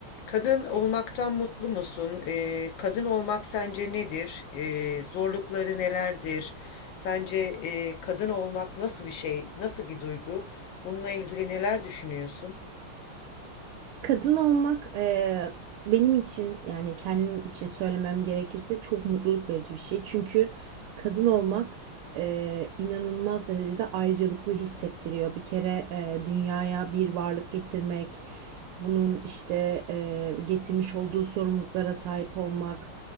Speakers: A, on the left; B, on the right.
A: Kadın olmaktan mutlu musun? Ee, kadın olmak sence nedir? Ee, zorlukları nelerdir? Sence e, kadın olmak nasıl bir şey, nasıl bir duygu? Bununla ilgili neler düşünüyorsun?
B: Kadın olmak eee, benim için yani kendim için söylemem gerekirse çok mutluluk verici bir şey. Çünkü kadın olmak eee, inanılmaz derecede ayrıcalıklı hissettiriyor. Bir kere eee, dünyaya bir varlık getirmek, bunun işte eee, getirmiş olduğu sorumluluklara sahip olmak